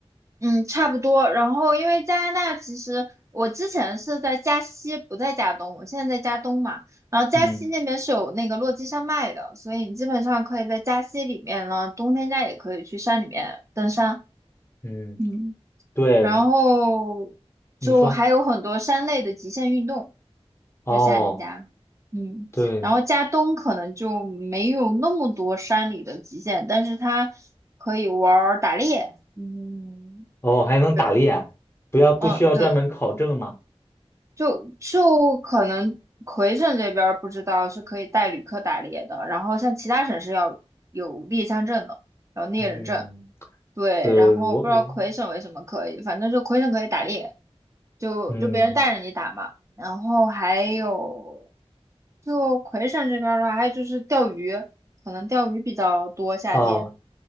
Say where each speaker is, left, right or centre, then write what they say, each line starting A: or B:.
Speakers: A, on the right (about 30°); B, on the left (about 25°).
A: 嗯，差不多。然后因为加拿大其实我之前是在加西，不在加东，我现在在加东嘛。然后加西那边是有那个落基山脉的，
B: 嗯
A: 所以你基本上可以在加西里面呢，冬天家也可以去山里面登山。
B: 嗯，
A: 嗯。
B: 对，
A: 然后就还有很多山类的极限运动，
B: 你说。哦，
A: 就夏令家，嗯，
B: 对，
A: 然后加东可能就没有那么多山里的极限，但是它可以玩儿打猎，嗯，
B: 哦，还能打猎啊不要不需要专门考证吗？
A: 对，嗯，对，就就可能魁省这边儿不知道是可以带旅客打猎的，然后像其他省是要有猎枪证的，有猎人证。
B: 嗯，
A: 对，
B: 对，
A: 然后不知道魁省为什么可以，
B: 我我
A: 反正就魁省可以打猎，就就别人带着你打嘛。
B: 嗯
A: 然后还有，就魁省这边儿的话，还有就是钓鱼，可能钓鱼比较多，夏天
B: 哦，